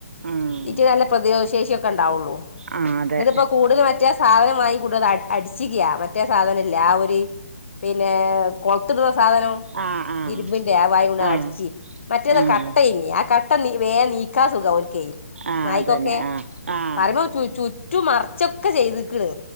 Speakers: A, on the right (about 55°); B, on the left (about 50°).
A: ആഹ്
B: ഇതിന് നല്ല പ്രതിശേഷിയൊക്കെ ഉണ്ടാവുള്ളൂ
A: ആഹ് അതെ
B: എന്നിട്ട്പ്പം കൂട്ന് മറ്റേ സാധനം വാങ്ങി കൊണ്ടോന്ന് അട് അടിച്ചിക്കയാ മറ്റേ സാധനം ഇല്ലെ ആ ഒരു പിന്നെ കൊളത്തിടുന്ന സാധനം
A: ആഹ് ആഹ്
B: ഇരുസിൻ്റെ <unintelligible>
A: ആഹ്
B: അടിച്ചി മറ്റത്
A: ആഹ്
B: കട്ടേനി ആ കട്ട വേഗം നീക്കാൻ സുഖ ഓൽക്ക്
A: ആഹ്
B: നായിക്കൊക്കെ
A: അതന്നെ ആഹ് ആഹ്
B: പറയുമ്പോ ചുറ്റും മറ ച്ചൊക്കെ ചെയ്തിക്ക്ണ്